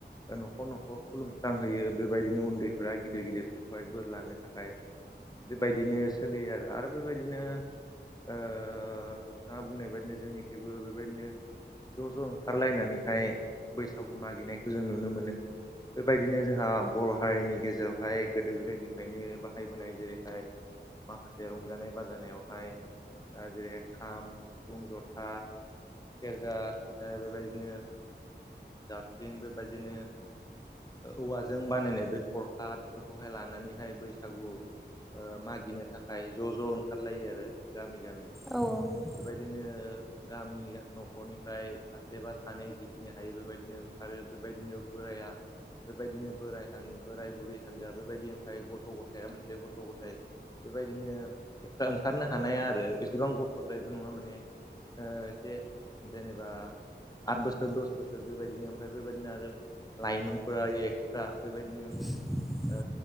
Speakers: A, on the left; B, in the centre.
A: न'खर न'खर खुलुम्रांहोयो बेबायदिनो उन्दैफोरा गिदिर गिदिरफोरखौहाय बोर लानो थाखाय बेबायदिनो सोलियो आरो आरो बेबायदिनो ओ नोंथाङा बुंनाय बादिनो जोंनिखैबो बेबायदिनो ज' ज' ओंखारलायनानैहाय बैसागु मागिनायखौ जों नुनो मोनो। बेबायदिनो जोंहा बर' हारिनि गेजेरावहाय गोदो गोदायनिफ्रायनो बाहायबोनाय जेरैहाय माखासे रंजानाय बाजानायाव हाय ओ जेरैहाय खाम सिफुं जथा सेरजा ओ बेबायदिनो जाबख्रिं बेबायदिनो औवाजों बानायनाय बे थरखा फोरखौहाय लानानैहाय बैसागु ओ मागिनो थाखाय ज' ज' ओंखारलायो आरो गामि-गामि।
B: औ औ।
A: बेबायदिनो गामि न'खरनिफ्राय सासे बा सानै जिखिनिया हायो बेबायदिनो ओंखारो बेबायदिनो बोराया बेबायदिनो बोराय हान बोराय बुरै हानजा बेबायदि ओमफ्राय गथ' गथाय आ मोनसे गथ' गथाइ बेबायदिनो ओंखारनो हानाया आरो बेसेबां गथ'द्रायबो नङा माने। ओ एसे जेनेबा आद बोसोर दस बोसोर बेबाय दिनो ओमफ्राय बेबायदिनो आरो लाइमोनफोरा एस्रा बेबायदिनो
B: <inaudible>
A: ओ